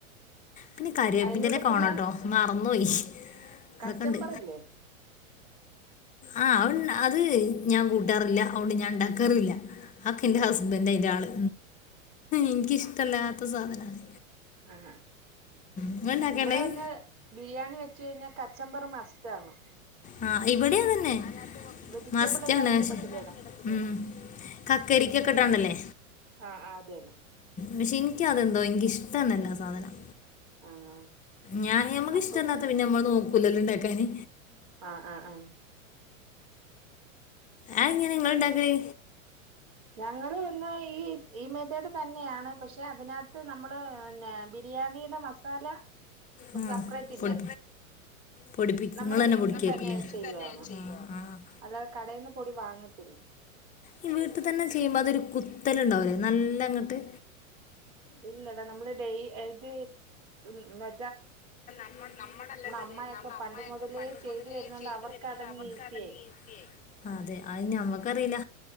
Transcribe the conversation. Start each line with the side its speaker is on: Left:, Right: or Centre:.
Left: പിന്നെ കറിവേപ്പിന്റെ
Right: അയിന്റെ കൂടെ
Left: ഇലക്കെ
Right: പിന്നെ
Left: വേണം ട്ടാ മറന്ന് പോയി. അതൊക്കെണ്ട്
Right: കച്ചമ്പറില്ലേ
Left: ആ അവ അത് ഞാൻ കൂട്ടാറില്ല അതൊണ്ട് ഞാൻ ഉണ്ടാക്കാറും ഇല്ല അതൊക്കെ
Right: ഇല്ലല്ലേ
Left: എന്റെ ഹസ്ബൻ്റാ അതിൻ്റെ ആള് എനിക്കിഷ്ടല്ല പ <inaudible> സാധനമാണ്
Right: ആ
Left: നിങ്ങൾ ഉണ്ടാക്കേണ്ടത്
Right: ഇവിടെ വന്ന് ബിരിയാണി വെച്ച കഴിഞ്ഞാൽ കച്ചമ്പറ മസ്റ്റ് ആണ്
Left: ആ ഇവിടെയും അത് തന്നെ <unintelligible>
Right: വെജിറ്റബിൾ എല്ലാം അരിഞ്ഞിടത്തില്ലേടാ
Left: <unintelligible> ല്ലേ
Right: ആ ആ അതന്നെ
Left: പക്ഷെ എനിക്കതെന്തോ എനിക്ക് ഇഷ്ടോന്നല്ല ആ സാധനം.
Right: ആഹ്
Left: ഞാൻ മ്മക്കകിഷ്ടല്ലാത്ത
Right: അപ്പം
Left: പിന്നെ നമ്മള് നോക്കൂലല്ലോ ഉണ്ടാക്കാന്..
Right: ആ ആ
Left: ആ ഇങ്ങനെ നിങ്ങൾ ഉണ്ടാക്കല്
Right: ഞങ്ങള് ഈ ഈ മേതേട് തന്നെയാണ് പശെ അതിനാത്ത് നമ്മള് പിന്നെ ബിരിയാണിടെ മസാല
Left: ആ
Right: സെപ്പെറേറ്റ് ഇല്ല
Left: പൊടി പൊടിപ്പി
Right: നമ്മടെ
Left: നിങ്ങൾ തന്നെ
Right: വീട്ടിൽ
Left: നമ്മളെ പൊടിക്കേക്കില്ലേ
Right: തന്നെ ചെയ്യുവാണ്
Left: ആ ആ
Right: അല്ലാതെ കടേന്ന് പൊടി വാങ്ങത്തില്ല
Left: ഈ വീട്ടി തന്നെ ചെയ്യുമ്പൊ അതൊര് കുത്തല് ഉണ്ടാവല്ലേ നല്ലാങ്ങോട്ട്
Right: ഇല്ലടാ നമ്മള് ഡെ അത് മെ
Left: മ്മ നമ്മളല്ല
Right: അമ്മയൊക്കെ
Left: നമ്മ
Right: പണ്ട്
Left: അമ്മയൊക്കെ
Right: മുതലേ
Left: പണ്ട്
Right: ചെയ്തു
Left: മുതലേ
Right: വരുന്നോണ്ട്
Left: ചെയ്തുവരുന്നോണ്ട്
Right: അവർക്ക് അതങ്ങ്
Left: അവർക്ക്
Right: ഈസിയായി
Left: അതൊക്കെ ഈസിയാഴി അതെ അഹ് നമ്മക്കറീല